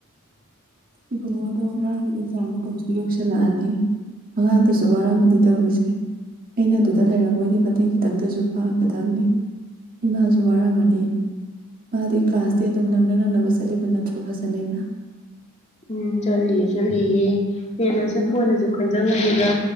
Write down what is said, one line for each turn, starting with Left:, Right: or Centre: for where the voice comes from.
Right: ꯏꯕꯨꯡꯉꯣꯗꯣ ꯃꯥꯒꯤ ꯑꯦꯛꯖꯥꯝ ꯃꯇꯝꯁꯨ ꯌꯧꯁꯤꯜꯂꯛꯑꯗꯤ ꯑꯉꯥꯡꯗꯨꯁꯨ ꯋꯥꯔꯝꯃꯗꯤ ꯇꯧꯔꯤꯁꯦ ꯑꯩꯅ ꯑꯗꯨꯗ ꯂꯩꯔꯕꯣꯏꯗꯤ ꯃꯇꯦꯡ ꯈꯤꯇꯪꯗꯁꯨ ꯄꯥꯡꯒꯗꯝꯅꯤ ꯏꯃꯥꯁꯨ ꯋꯥꯔꯝꯃꯅꯤ ꯃꯥꯗꯤ ꯀ꯭ꯂꯥꯁꯇꯤ ꯑꯗꯨꯝ ꯅꯪꯅ ꯅꯪꯅꯕ ꯆꯠꯂꯤꯕ ꯅꯠꯇ꯭ꯔꯣ ꯀꯐꯥꯖꯅꯦꯃ
Left: ꯎꯝ ꯆꯠꯂꯤꯌꯦ ꯆꯠꯂꯤꯌꯦ ꯍꯦꯟꯅꯁꯨ ꯊꯣꯏꯅꯁꯨ ꯈꯟꯖꯟ ꯒꯅꯨꯗꯥ